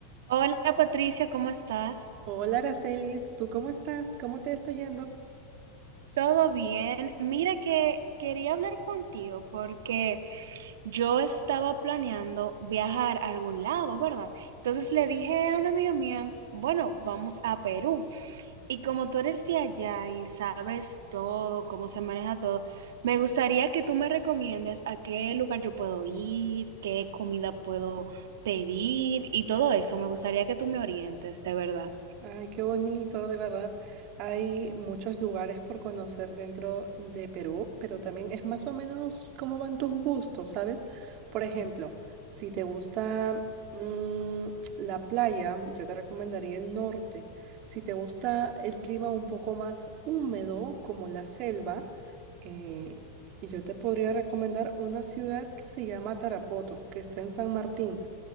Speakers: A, on the right; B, on the right.
A: Hola Patricia, ¿cómo estás?
B: Hola, Aracelis, ¿tú cómo estás? ¿Cómo te está yendo?
A: ¿Todo bien? Mira que quería hablar contigo porque yo estaba planeando viajar a algún lado, ¿verdad? Entonces le dije a una amiga mía, bueno, vamos a Perú. Y como tú eres de allá y sabes todo, cómo se maneja todo, me gustaría que tú me recomiendes a qué lugar yo puedo ir, qué comida puedo pedir y todo eso. Me gustaría que tú me orientes, de verdad.
B: Ay, qué bonito, de verdad. Hay muchos lugares por conocer dentro de Perú, pero también es más o menos cómo van tus gustos, ¿sabes? Por ejemplo, si te gusta mm, la playa, yo te recomendaría el norte. Si te gusta el clima un poco más húmedo, como la selva, eh, yo te podría recomendar una ciudad que se llama Tarapoto, que está en San Martín.